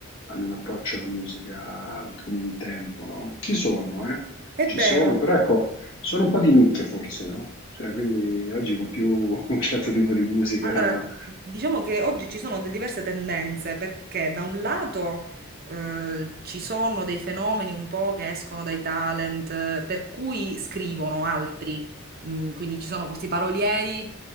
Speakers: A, on the left; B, on the right.
A: hanno un approccio alla musica come un tempo, no? Ci sono, eh?
B: È
A: Ci
B: vero,
A: sono, però ecco, sono un po' di nicchia forse, no? Cioè, quindi oggi va più <laughs> un certo tipo di musica.
B: Allora, diciamo che oggi ci sono de- diverse tendenze perché da un lato eh, ci sono dei fenomeni un po' che escono dai talent, eh, per cui scrivono altri. Mm, quindi ci sono questi parolieri